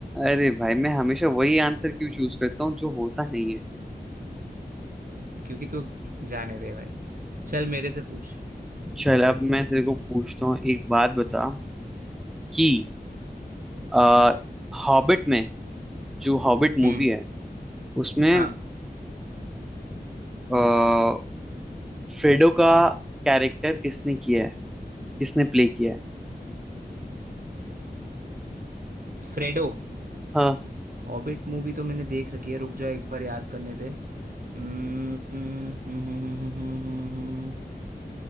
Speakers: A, in the centre; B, on the right.
A: अरे भाई मैं हमेशा वही आंसर क्यों चूज करता हूँ जो होता नहीं है
B: क्योंकि तू जाने दे भाई चल मेरे से पूछ
A: चल अब मैं तेरे को पूछता हूँ एक बात बता कि आ, हॉबिट में जो हॉबिट मूवी
B: हम्म
A: है उसमें
B: हाँ
A: आ, फ्रेडो का कैरेक्टर किसने किया है किसने प्ले किया है
B: फ्रेडो
A: हाँ
B: हॉबिट मूवी तो मैंने देख रखी है रुक जा एक बार याद करने दे हम्म हम्म, हम्म, हम्म, हम्म, हम्म, हम्म।